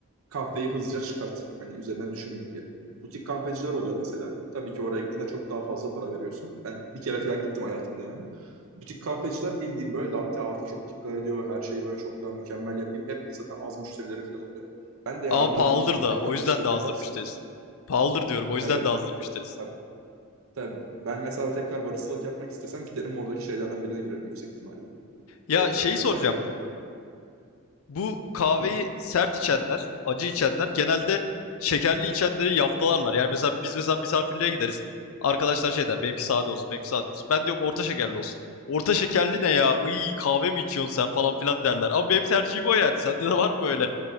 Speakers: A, on the right (about 70°); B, on the left (about 70°).
A: kahveyi hızlıca çıkart. Hani üzerine düşünme diye. Butik kahveciler oluyor mesela. Tabii ki oraya gittiğinde çok daha fazla para veriyorsun. Ben bir kere falan gittim hayatımda yani. Butik kahveciler bildiğim böyle latte arta çok dikkat ediyor. Her şeyi böyle çok daha mükemmel yapayım. Hep de zaten az müşterileri falan oluyor. Ben de yarın
B: Ama pahalıdır
A: öbür gün yani
B: da
A: tekrar
B: o yüzden
A: baristalık
B: de azdır
A: yaparsın.
B: müşterisi. Pahalıdır diyorum o yüzden
A: Tabii
B: de azdır müşterisi.
A: tabii. Tabii ben mesela tekrar baristalık yapmak istesem giderim oradaki şeylerden birine girerim yüksek ihtimalle.
B: Ya
A: Ee,
B: şeyi
A: kahvecilerden
B: soracağım.
A: birine.
B: Bu kahveyi
A: Hı.
B: sert içenler, acı içenler genelde şekerli içenleri yaftalarlar. Yani mesela biz mesela misafirliğe gideriz. Arkadaşlar şey der, benimki sade olsun, benimki sade olsun. Ben diyorum orta şekerli olsun. Orta şekerli ne ya? İyi kahve mi içiyorsun sen falan filan derler. Ama benim tercihim o yani. Sende de var mı böyle